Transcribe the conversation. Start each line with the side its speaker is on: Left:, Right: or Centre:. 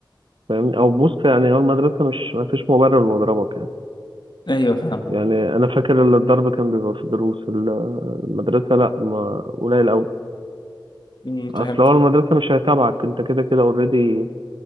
Right: فاهمني او بص يعني هو المدرسة مش ما فيش مبرر انه يضربك يعني
Left: ايوه فاهم
Right: يعني انا فاكر ان الضرب كان بيبقى في الدروس ال- المدرسة لا ما قليل قوي
Left: م، فهمت
Right: اصل هو المدرسة مش هيتابعك انت كده كده اوريدي